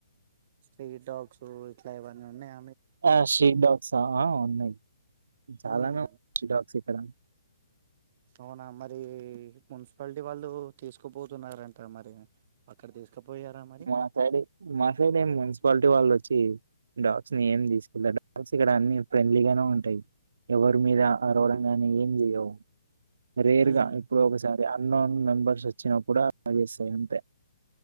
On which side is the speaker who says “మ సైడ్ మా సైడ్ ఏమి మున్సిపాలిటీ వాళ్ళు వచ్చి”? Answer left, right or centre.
Right